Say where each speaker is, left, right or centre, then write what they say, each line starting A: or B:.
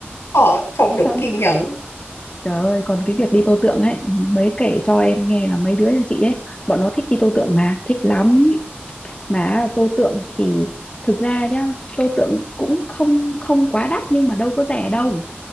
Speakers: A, on the left; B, on the left.
A: ờ không đủ
B: Trời
A: kiên nhẫn
B: trời ơi còn cái việc đi tô tượng ấy mới kể cho em nghe là mấy đứa nhà chị ấy bọn nó thích đi tô tượng mà thích lắm mà tô tượng thì thực ra nhá tô tượng cũng không không quá đắt nhưng mà đâu có rẻ đâu